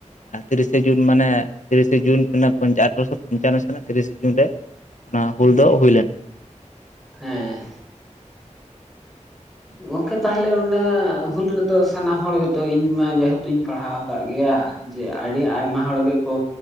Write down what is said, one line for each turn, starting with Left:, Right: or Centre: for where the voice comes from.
Left: ᱟᱨ ᱛᱤᱨᱤᱥᱮ ᱡᱩᱱ ᱢᱟᱱᱮ ᱛᱤᱨᱤᱥᱮ ᱡᱩᱱ <inaudible> ᱟᱴᱷᱨᱚᱥᱚ ᱯᱚᱧᱪᱟᱱᱱᱚ ᱥᱟᱞ ᱨᱮᱱᱟᱜ ᱛᱤᱨᱤᱥᱮ ᱡᱩᱱ ᱨᱮ ᱚᱱᱟ ᱦᱩᱞ ᱫᱚ ᱦᱩᱭ ᱞᱮᱱᱟ᱾
Centre: ᱦᱮᱸ, ᱜᱚᱝᱠᱮ ᱛᱟᱦᱞᱮ ᱚᱱᱟ ᱦᱩᱞ ᱨᱮ ᱫᱚ ᱥᱟᱱᱟᱢ ᱦᱚᱲ ᱜᱮ ᱛᱚ ᱤᱧ ᱢᱟ ᱡᱮᱦᱮᱛᱩᱧ ᱯᱟᱲᱦᱟᱣ ᱠᱟᱜ ᱜᱮᱭᱟ, ᱡᱮ ᱟᱹᱰᱤ ᱟᱭᱢᱟ ᱦᱚᱲ ᱜᱮ ᱠᱚ